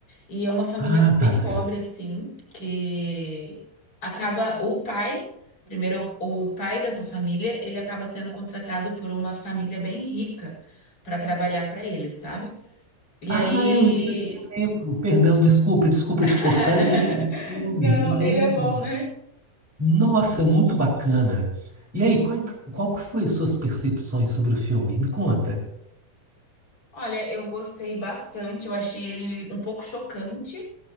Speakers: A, on the left; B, in the centre.
A: E é uma família
B: Ah,
A: bem
B: tá certo.
A: pobre, assim, que acaba. O pai, primeiro, o pai dessa família, ele acaba sendo contratado por uma família bem rica pra trabalhar pra ele, sabe? E
B: Ah,
A: aí.
B: eu, le- eu lembro. Perdão, desculpa, desculpa
A: <laughs>
B: te cortar. Eu lembro do filme,
A: Não,
B: eu lembro.
A: ele é bom, né?
B: Nossa, muito bacana. E aí, qual, qual que foi suas percepções sobre o filme? Me conta.
A: Olha, eu gostei bastante. Eu achei ele um pouco chocante.